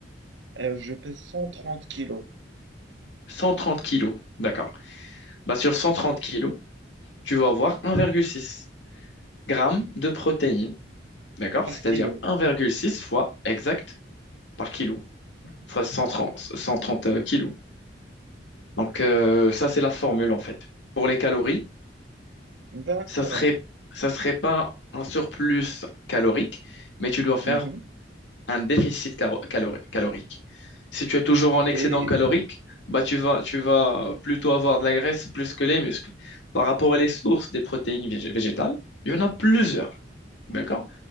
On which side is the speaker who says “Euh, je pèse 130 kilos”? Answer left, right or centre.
Right